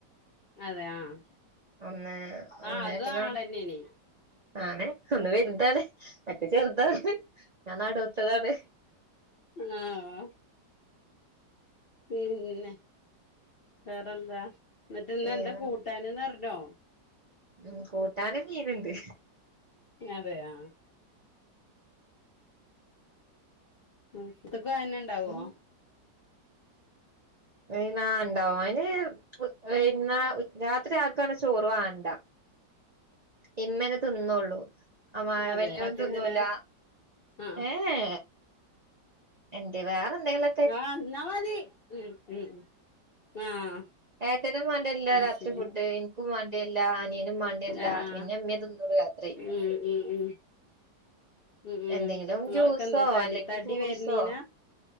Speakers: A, on the left; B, on the right.
A: അതെ ആഹ്
B: ഒന്ന് ഒന്നേട്ട
A: ആഹ് അതും ആങ്ങളെന്നേണ്
B: നാണ് ആണ് ഒന്ന് വലുതാണ് മറ്റേ ചെറുതാണ് ഞാൻ നടുത്തതാണ്.
A: ആഹ് പിന്നെ വേറെന്താ എന്നിട്ടിന്നെന്താ
B: വേറെ
A: കൂട്ടാനന്ന് അറിഞ്ഞോ
B: ഉം കൂട്ടാന് മീനുണ്ട്.
A: അതെ ആഹ് ഉം ഉച്ചക്കും അയന്നെ ഉണ്ടാവോ
B: ഉം വൈന്നാ ഉണ്ടാവും അയിന് വൈന്ന ഉ രാത്രി ആർക്കങ്ങനെ ചോറ് വാണ്ട. ഇമ്മേനെ തിന്നള്ളൂ അ
A: അതെ
B: വല്യോളും
A: പത്തിൻറ്റില്
B: തിന്നൂല
A: ആഹ്
B: ഏഹ് എന്തേ വേറെ എന്തെങ്കിലൊ
A: ആഹ് ന്നാമതി ഉം ഉം ആഹ്
B: ഏട്ടനും വേണ്ടേരില്ല
A: അയ്ശരി
B: രാത്രി ഫുഡ് ഇൻക്കും വേണ്ടരില്ല അനിയനും വേണ്ടരില്ല
A: ആഹ് ആഹ്
B: പിന്നെ ഇമ്മേ തിന്നൂള്ളൂ രാത്രി.
A: ഉം ഉം ഉം ഉം ഉം
B: എന്തെങ്കിലും
A: നിങ്ങളൊക്കെ
B: ജ്യൂസോ
A: എന്താ തടി
B: അല്ലെങ്കിൽ
A: തടി
B: ഫ്രൂട്സോ
A: വരുന്നീനാ